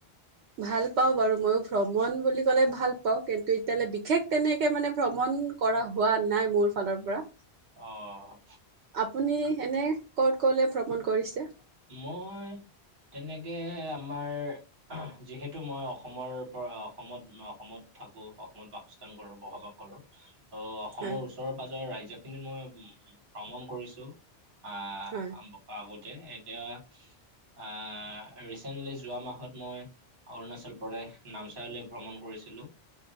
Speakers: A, on the right (about 85°); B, on the right (about 55°).
A: ভাল পাওঁ বাৰু ময়ো ভ্ৰমণ বুলি ক'লে ভাল পাওঁ কিন্তু এতিয়ালৈ বিশেষ তেনেকে মানে ভ্ৰমণ, কৰা হোৱা নাই মোৰ ফালৰ পৰা
B: অ'
A: আপুনি এনে ক'ত ক'লে ভ্ৰমণ কৰিছে?
B: মই তেনেকে আমাৰ যিহেতু মই অসমৰ পৰা অসমত অসমত থাকোঁ অসমত বাসস্থান কৰোঁ বসবাস, ত অসমৰ
A: হয়
B: ওচৰে পাজৰে ৰাজ্যখিনিত মই ভ্ৰমণ কৰিছোঁ। আহ
A: হয়
B: আগতে এতিয়া আ ৰিচেণ্টলি যোৱা মাহত মই অৰুণাচল প্ৰদেশ নামচাইলৈ ভ্ৰমণ কৰিছিলোঁ।